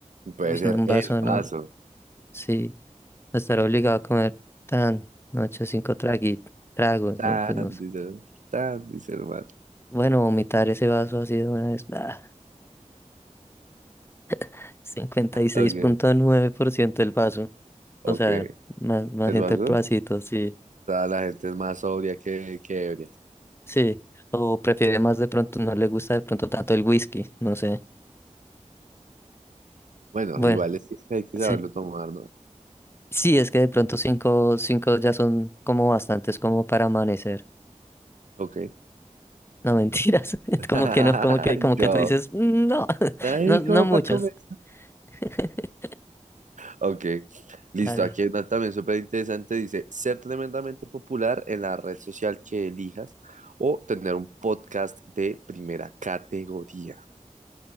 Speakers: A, on the right; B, on the left.
A: Puede
B: Uy,
A: ser
B: no, un vaso
A: el vaso.
B: no. Sí, estar obligado a comer tan, no, ocho, cinco tragui- tragos,
A: Tan,
B: no, pues no sé.
A: dice, tan, dice el man.
B: Bueno, vomitar ese vaso así de una vez, ah, <laughs> cincuenta y seis
A: Ok,
B: punto nueve por ciento del vaso.
A: ok.
B: O sea, más, más
A: ¿El
B: gente
A: vaso?
B: el pedacito, sí,
A: Toda la gente es más sobria que, que ebria.
B: sí. O prefiere más de pronto, no le gusta de pronto tanto el whisky, no sé.
A: Bueno,
B: Bueno,
A: igual es que hay que
B: sí.
A: saberlo tomar, ¿no?
B: Sí, es que de pronto cinco, cinco ya son como bastantes como para amanecer.
A: Ok.
B: No, mentiras. <laughs>
A: <laughs>
B: Como que no, como que, como que
A: Yo.
B: tú dices, "Mm, no, <laughs>
A: Ay,
B: no, no
A: ¿cómo
B: muchas.
A: para comer?
B: <laughs>
A: Ok, listo.
B: Dale.
A: Aquí hay una también súper interesante. Dice, ser tremendamente popular en la red social que elijas o tener un podcast de primera categoría.